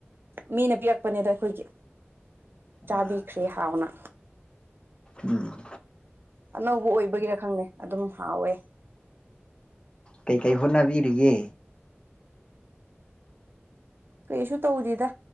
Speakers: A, on the right (about 55°); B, on the left (about 25°).
A: ꯃꯤꯅ ꯄꯤꯔꯛꯄꯅꯤꯗ ꯑꯩꯈꯣꯏꯒꯤ ꯆꯥꯕꯤꯈꯔꯦ
B: ꯑꯥ
A: ꯍꯥꯎꯅꯥ
B: ꯎꯝ
A: ꯑꯅꯧꯕ ꯑꯣꯏꯕꯒꯤꯔ ꯈꯪꯗꯦ ꯑꯗꯨꯝ ꯍꯥꯎꯋꯦ
B: ꯀꯩ ꯀꯩ ꯍꯣꯠꯅꯕꯤꯔꯤꯒꯦ
A: ꯀꯩꯁꯨ ꯇꯧꯗꯦꯗ